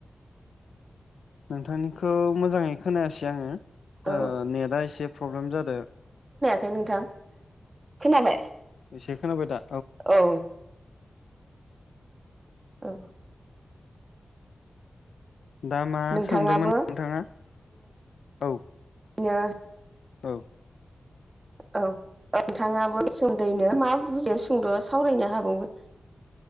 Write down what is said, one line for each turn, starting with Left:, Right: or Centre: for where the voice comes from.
Left: नोंथांनिखौ मोजाङै खोनायासै आङो। ओ
Right: औ
Left: नेटआ एसे प्रब्लेम जादो।
Right: खै नोथां। खोनाबाय?
Left: एसे खोनाबाय दा।
Right: औ। औ।
Left: दा मा
Right: नोंथाङाबो
Left: सोंदोंमोन नोंथाङा औ।
Right: बिदिनो।
Left: औ।
Right: औ औ नोंथाङाबो सोमोन्दैनो मा बुजि सुंद' सावरायनो हाबावगोन।